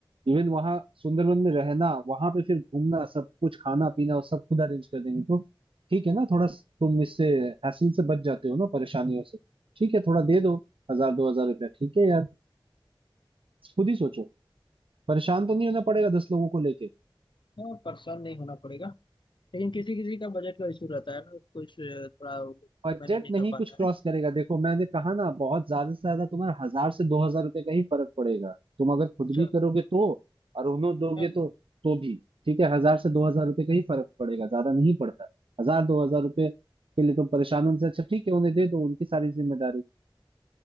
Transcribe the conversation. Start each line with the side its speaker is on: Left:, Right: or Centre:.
Right: इवन वहां सुंदरबन में रहना वहां पे फिर घूमना सब कुछ खाना पीना वो सब खुद अरेंज कर देंगे तो ठीक है ना थोड़ा स- तुम इससे हैसल से बच जाते हो ना परेशानियों से ठीक है थोड़ा दे दो हजार दो हजार रुपया ठीक है यार खुद ही सोचो परेशान तो नहीं होना पड़ेगा दस लोगों को लेके
Left: हाँ, परेशान नहीं होना पड़ेगा लेकिन किसी किसी का बजट का इशू रहता है ना कुछ अ, थोड़ा
Right: बजट
Left: मैनेज नहीं
Right: नहीं
Left: कर पाता
Right: कुछ क्रॉस
Left: है
Right: करेगा देखो मैंने कहा ना बहुत ज्यादा से ज्यादा तुम्हारा हजार से दो हजार रुपए का ही फर्क पड़ेगा तुम अगर खुद
Left: अच्छा
Right: भी करोगे तो और उन्हों दोगे
Left: हाँ
Right: तो तो भी ठीक है हजार से दो हजार रुपए का ही फर्क पड़ेगा ज्यादा नहीं पड़ता हजार दो हजार रुपए के लिए तुम परेशान हो उनसे अच्छा ठीक है उन्हें दे दो उनकी सारी जिम्मेदारी